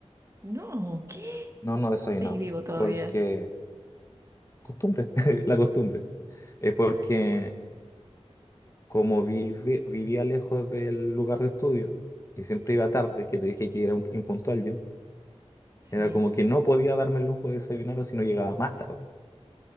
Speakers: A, on the right; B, on the left.
A: No, ¿qué?
B: No, no desayunaba.
A: ¿Cómo seguís vivo todavía?
B: Porque, costumbre, <laughs> la costumbre. Eh, porque
A: Estás loco.
B: como vivi- vivía lejos del lugar de estudio y siempre iba tarde, que te dije que era un- impuntual yo,
A: Sí.
B: era como que no podía darme el lujo de desayunar o si no llegaba más tarde.